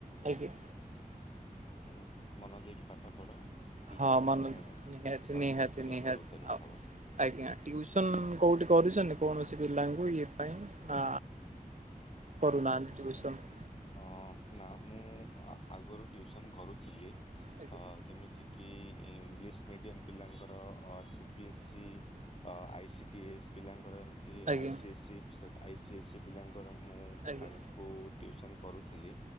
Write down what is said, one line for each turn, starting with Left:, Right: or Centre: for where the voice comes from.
Right: ଆଜ୍ଞା।
Left: ଉଁ ମନ ଦେଇକି ପାଠ ପଢ। ଦିନେ
Right: ହଁ
Left: ନା ଦିନେ
Right: ମନ ନିହାତି
Left: ସରକାରୀ
Right: ନିହାତି
Left: ପରୀକ୍ଷାରେ
Right: ନିହାତି
Left: ଉତ୍ତୀର୍ଣ୍ଣ
Right: ଆଉ
Left: ହବ।
Right: ଆଜ୍ଞା ଟ୍ୟୁସନ କୋଉଠି କରୁଛନ୍ତି କୌଣସି ପିଲାଙ୍କୁ ଇଏ ପାଇଁ ନା କରୁନାହାନ୍ତି ଟ୍ୟୁସନ।
Left: ହଁ ନା ମୁଁ ଆଗରୁ ଟ୍ୟଉସନ କରୁଥିଲି
Right: ଆଜ୍ଞା
Left: ଯେମିତିକି ଇଂଲିଶ ମିଡ଼ିୟମ ପିଲାଙ୍କର ସିପିଏସ୍ସି ଅ ଆଇସିି ଡି ଏସ୍ ପିଲାଙ୍କର ଏମତି ଏଠି
Right: ଆଜ୍ଞା
Left: ଆଇସିି ଏସ୍ସି ଆଇସିି ଏସ୍ସି ପିଲାଙ୍କର ମୁଁ
Right: ଆଜ୍ଞା
Left: ତାଙ୍କୁ ଟ୍ଯୁସନ କରୁଥିଲି।